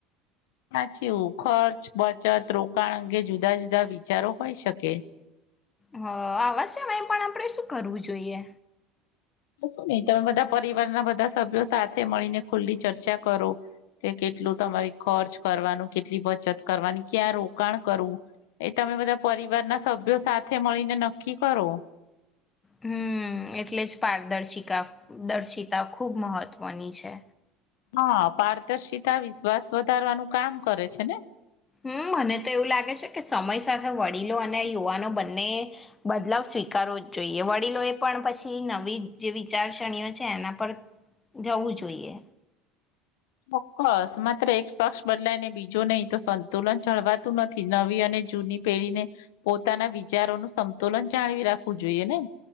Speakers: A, on the left (about 85°); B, on the left (about 15°).
A: સાચીવું ખર્ચ બચત રોકાણ અંગે જુદા જુદા વિચારો હોય શકે
B: હ આવવા છે પણ આપણે શું કરવું જોઈએ
A: તો શું નહી તમે બધા પરિવારના બધા સભ્યો સાથે મળીને ખુલ્લી ચર્ચા કરો કે કેટલું તમારી ખર્ચ કરવાનું કેટલી બચત કરવાની ક્યાં રોકાણ કરવું એ તમે બધા પરિવારના સભ્યો સાથે મળીને નક્કી કરો.
B: હમ એટલે જ પારદર્શિકા દર્શિતા ખૂબ મહત્વની છે.
A: હા પારદર્શિતા વિશ્વાસ વધારવાનું કામ કરે છે ને.
B: હમ મને તો એવું લાગે છે કે સમય સાથે વડીલો અને યુવાનો બંને બદલાવ સ્વીકારવો જ જોઈએ વડીલો એ પણ પછી નવી જે વિચારસરણીઓ છે એના પર જવું જોઈએ.
A: ચોક્કસ માત્ર એક પક્ષ બદલાય ને બીજો નહી તો સંતુલન જળવાતું નથી નવી અને જૂની પેઢીને પોતાના વિચારોનુંું સંતુલન જાળવી રાખવું જોઈએ ને.